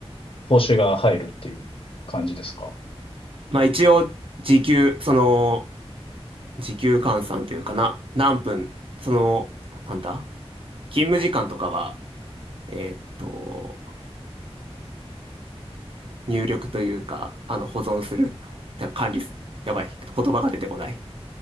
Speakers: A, on the left; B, on the right.
A: 報酬が入るっていう感じですか
B: まあ一応、時給、その、時給換算というかな、何分、その、なんだ、勤務時間とかは、えーっと、入力というか、あの、保存する、てか管理す、やばい、言葉が出てこない。